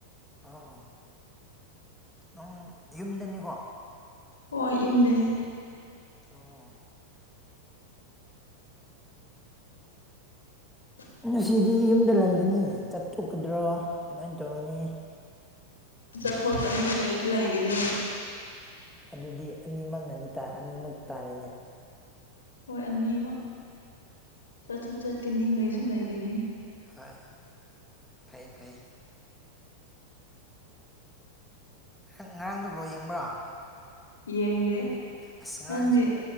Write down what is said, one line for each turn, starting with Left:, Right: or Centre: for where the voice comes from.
Centre: ꯑꯥ ꯅꯪ ꯌꯨꯝꯗꯅꯤꯀꯣ
Left: ꯍꯣꯏ ꯌꯨꯝꯗꯅꯦ
Centre: ꯑꯣ
Left: <inaudible>
Centre: ꯉꯁꯤꯗꯤ ꯌꯨꯝꯗ ꯂꯩꯒꯅꯤ ꯆꯠꯊꯣꯛꯀꯗ꯭ꯔꯣ ꯀꯃꯥꯏ ꯇꯧꯒꯅꯤ
Left: ꯆꯠꯊꯣꯛꯀꯅꯤ ꯂꯩꯁꯨ ꯂꯩꯒꯅꯤ
Centre: ꯑꯗꯨꯗꯤ ꯑꯅꯤꯃꯛꯅꯅꯤꯇ ꯑꯅꯤꯃꯛ ꯇꯥꯔꯦꯅꯦ
Left: ꯍꯣꯏ ꯑꯅꯤꯃꯛ ꯆꯠꯁꯨ ꯆꯠꯀꯅꯤ ꯂꯩꯁꯨ ꯂꯩꯒꯅꯤ
Centre: ꯍꯣꯏ ꯐꯩ ꯐꯩ ꯉꯔ ꯉꯔꯥꯡꯗꯨ ꯕꯣꯜ ꯌꯦꯡꯕ꯭ꯔꯣ
Left: ꯌꯦꯡꯗꯦ
Centre: ꯑꯁ ꯉꯔꯥꯡꯁꯨ
Left: ꯅꯪꯗꯤ